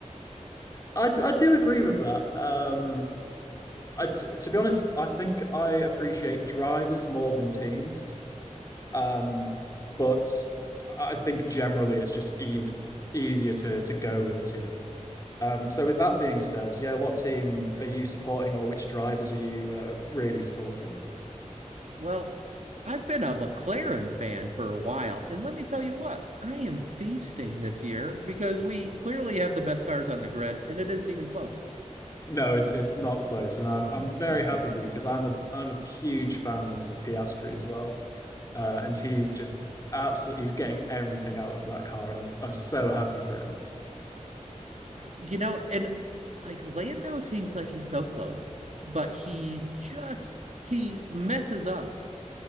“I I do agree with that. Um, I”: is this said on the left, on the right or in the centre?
Left